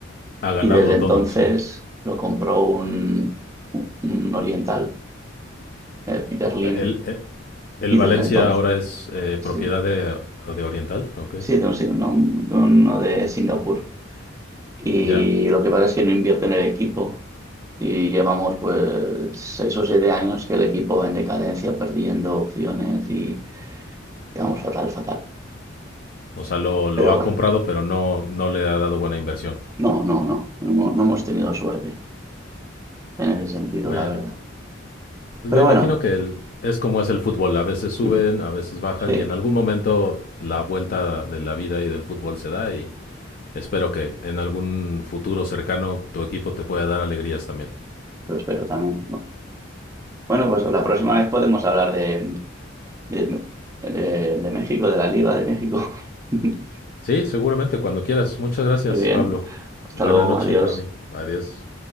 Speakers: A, on the left (about 45°); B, on the right (about 15°).
A: A ganarlo
B: Y desde entonces
A: todo, sí.
B: lo compró un, un oriental, eh, Peter Lim
A: El, el, el
B: Y desde
A: Valencia
B: entonces,
A: ahora es eh,
B: sí,
A: propiedad de, de, Oriental, ok.
B: sí, de, un sing- no, de uno de Singapur. Y
A: Ya.
B: lo que pasa es que no invierte en el equipo. Y llevamos pues seis o siete años que el equipo va en decadencia, perdiendo opciones y quedamos fatal, fatal.
A: O sea, lo, lo,
B: Pero
A: ha
B: bueno,
A: comprado, pero no, no le ha dado buena inversión.
B: no, no, no, no, hemos no hemos tenido suerte en ese sentido,
A: Bueno,
B: la verdad.
A: pues
B: Pero
A: me imagino
B: bueno,
A: que el, es como es el fútbol. A veces suben,
B: mm,
A: a veces bajan
B: sí,
A: y en algún momento la vuelta de la vida y del fútbol se da y espero que en algún futuro cercano tu equipo te pueda dar alegrías también.
B: lo espero también. Bu- Bueno, pues la próxima vez podemos hablar de, de, de de México, de la Liga de México. <laughs>
A: Sí, seguramente, cuando quieras. Muchas gracias,
B: Muy bien.
A: Pablo.
B: Hasta
A: Buena
B: luego,
A: noche
B: adiós.
A: para mí. Adiós.